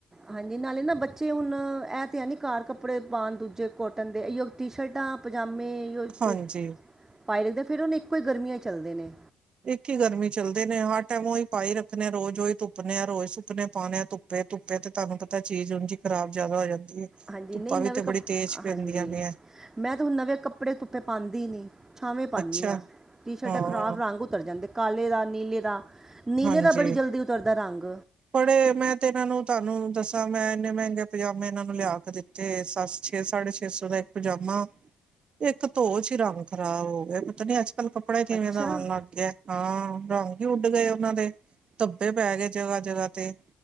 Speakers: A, on the right (about 25°); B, on the right (about 50°).
A: ਹਾਂਜੀ ਨਾਲੇ ਨਾ ਬੱਚੇ ਹੁਨ ਐ ਤੇ ਹੈਂਨੀ ਘਰ ਕੱਪੜੇ ਪਾਨ ਦੂਜੇ ਕੋਟਨ ਦੇ ਏਈਓ ਟੀ-ਸ਼ਰਟਾਂ ਪਜਾਮੇ ਓਈ
B: ਹਾਂਜੀ
A: ਤੇ ਪਾਏ ਰੈਂਦੇ ਆ, ਫਿਰ ਹੁਨ ਇੱਕੋ ਈ ਗਰਮੀਆਂ ਚੱਲਦੇ ਨੇ।
B: ਇੱਕ ਈ ਗਰਮੀ ਚੱਲਦੇ ਨੇ ਹਰ ਟੈਮ ਓਈ ਪਾਈ ਰੱਖਨੇ ਆ ਰੋਜ਼ ਓਈ ਧੁੱਪ ਨੇ ਆ ਰੋਜ਼ ਸੁੱਕਨੇ ਪਾਨੇ ਆ ਧੁੱ ਤੇ ਧੁੱਪੇ ਤੇ ਤੁਆਨੂੰ ਪਤਾ ਚੀਜ਼ ਉਂਜ ਈ ਖਰਾਬ ਜਾਅਦਾ ਹੋ ਜਾਂਦੀ ਏ,
A: ਹਾਂਜੀ
B: ਧੁੱਪਾਂ
A: ਨਹੀਂ ਨਵੇਂ
B: ਵੀ ਤੇ
A: ਕੱਪ
B: ਬੜੀ ਤੇਜ਼ ਪੈਂਦੀਆਂ
A: ਹਾਂਜੀ
B: ਪਈਐਂ।
A: ਮੈਂ ਤੇ ਹੁਨ ਨਵੇਂ ਕੱਪੜੇ ਧੁੱਪੇ ਪਾਂਦੀ ਈ ਨੀ। ਛਾਵੇਂ ਪਾਨੀ
B: ਅੱਛਾ
A: ਆ, ਟੀ-ਸ਼ਰਟਾਂ
B: ਹਾਂ
A: ਖਰਾਬ ਰੰਗ ਉਤਰ ਜਾਂਦੇ ਕਾਲੇ ਦਾ, ਨੀਲੇ ਦਾ ਨੀਲੇ
B: ਹਾਂਜੀ
A: ਦਾ ਬੜੀ ਜਲਦੀ ਉਤਰਦਾ ਰੰਗ।
B: ਬੜੇ ਮੈਂ ਤੇ ਏਨਾਂ ਨੂੰ ਤੁਆਨੂੰ ਦੱਸਾਂ ਮੈਂ ਇੰਨੇ ਮੈਂਗੇ ਪਜਾਮੇ ਏਨਾਂ ਨੂੰ ਲਿਆ ਕੇ ਦਿੱ ਤੇ ਸੱਤ ਛੇ ਸਾਢੇ ਛੇ ਸੌ ਦਾ ਇੱਕ ਪਜਾਮਾ, ਇੱਕ ਧੋ ਚ ਈ ਰੰਗ ਖਰਾਬ ਹੋ ਗਿਆ, ਪਤਾ ਨੀ ਅੱਜ-ਕੱਲ ਕੱਪੜਾ ਕਿਵੇਂ
A: ਅੱਛਾ
B: ਦਾ ਆਨ ਲਾਗੇ ਐ। ਹਾਂ ਰੰਗ ਈ ਉੱਡ ਗਏ ਓਨਾਂ ਦੇ ਧੱਬੇ ਪੈ ਗਏ ਜਗਾ-ਜਗਾ ਤੇ।